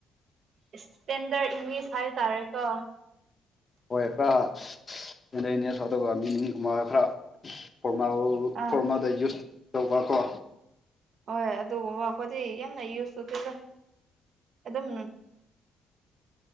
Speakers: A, on the right; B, on the left.
A: ꯏꯁꯇꯦꯟꯗꯔꯠ ꯏꯪꯂꯤꯁ ꯍꯥꯏꯇꯥꯔꯦꯀꯣ
B: ꯍꯣꯢ ꯈꯔ <unintelligible>
A: ꯑꯥ
B: ꯐꯣꯔꯃꯦꯜꯗ ꯌꯨꯁ ꯇꯧꯕꯀꯣ
A: ꯍꯣꯏ ꯑꯗꯨꯒꯨꯝꯕ ꯑꯩꯈꯣꯏꯗꯤ ꯌꯥꯝꯅ ꯌꯨꯁꯇꯧꯗꯦꯗ ꯑꯗꯨꯝ